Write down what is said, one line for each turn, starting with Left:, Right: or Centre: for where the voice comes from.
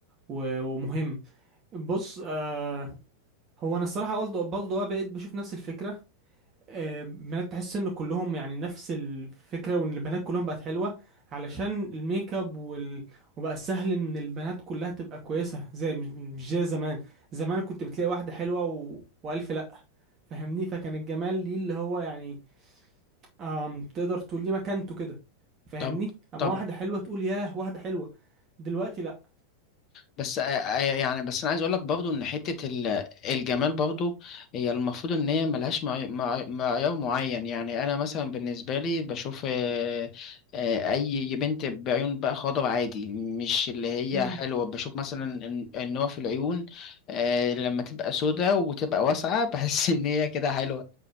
Right: و- ومهم بص آه هو انا الصراحه برضه برضه بقيت بشوف نفس الفكره آه بنات تحس ان كلهم يعني نفس الفكره وان البنات كلهم بقت حلوه علشان الميك اب وال... وبقى سهل ان البنات كلها تبقى كويسه زي مش مش زي زمان زمان كنت بتلاقي واحده حلوه و... والف لا فاهمني فكان الجمال ليه اللي هو يعني أم تقدر تقول لي مكانته كده فاهمني
Left: طب
Right: اما
Left: طب
Right: واحده حلوه تقول ياه واحده حلوه دلوقتي لا
Left: بس آه، آه، يعني بس انا عايز اقول لك برضو ان حته ال- الجمال برضو هي المفروض ان هي ملهاش معي- مع- معيار معين يعني انا مثلا بالنسبه لي بشوف آه، آه، اي بنت بعيون بقى خضر عادي مش اللي هي
Right: مم.
Left: حلوه بشوف مثلا إن- النوع في العيون آه، لما تبقى سودة وتبقى واسعه <laughs> بحس ان هي كده حلوه